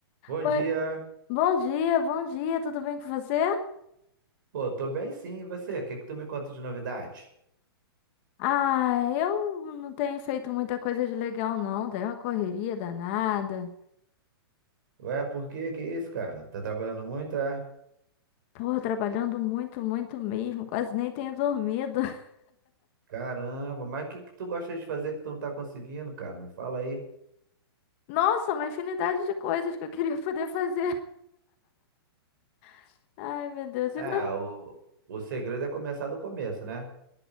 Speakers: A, on the right; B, on the left.
A: Bom
B: Oi,
A: dia.
B: bom dia, bom dia, tudo bem com você?
A: Pô, tô bem sim, e você? O que que tu me conta de novidade?
B: Ah, eu não tenho feito muita coisa de legal, não. Dei uma correria danada.
A: Ué, por quê? Que isso, cara? Tá trabalhando muito, é?
B: Pô, trabalhando muito, muito mesmo. Quase nem tenho dormido. <laughs>
A: Caramba, mas o que que tu gosta de fazer que tu não tá conseguindo, cara? Me fala aí.
B: Nossa, uma infinidade de coisas que eu queria poder fazer. <laughs> Ai, meu Deus.
A: É,
B: E você?
A: o, o segredo é começar do começo, né?